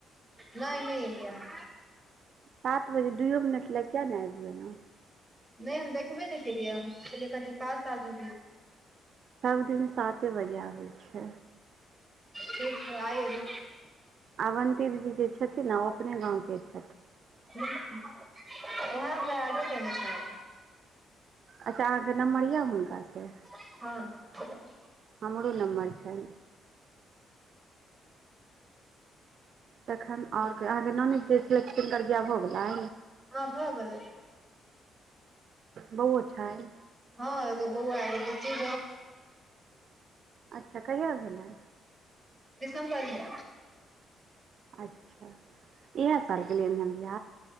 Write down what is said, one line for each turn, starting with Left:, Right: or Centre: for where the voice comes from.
Centre: नहि नहि एलियै हम
Right: सात बजे दुइयो मिनट लए किए नहि आबि गेलहु
Centre: नहि हम देखबे नहि केलियै हम पे कनि पास आ जी
Right: सभ दिन साते बजे आबे छै
Centre: ठीक ह आई अभी
Right: अवन्ती दीदी जे छथिन ने ओ अपने गाव के छथि
Centre: ठीक ओएह मै आडो कने छै
Right: अच्छा अहाँकेँ नम्बर यए हुनकासँ
Centre: ह
Right: हमरो नम्बर छै। तखन आओर अहाँकेँ नै जे छलै हुनकर वियाह भ हो गेलै
Centre: ह भऽ गेलोल
Right: बौओ छनि
Centre: हँग बहु आब च
Right: अच्छा कहिया भेलै।
Centre: दिस्बर मे
Right: अच्छा इएह सर गेलिय बिह